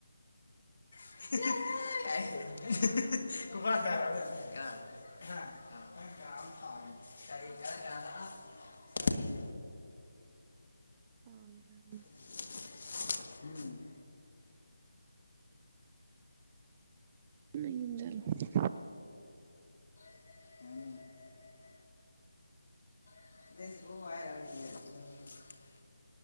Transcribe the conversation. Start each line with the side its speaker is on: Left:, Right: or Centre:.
Left: <unintelligible> <unintelligible> <unintelligible>
Right: <unintelligible>
Left: <unintelligible> ꯎꯝ
Right: ꯅꯌꯨꯝ ꯆꯠꯂꯣ
Left: <unintelligible> <unintelligible>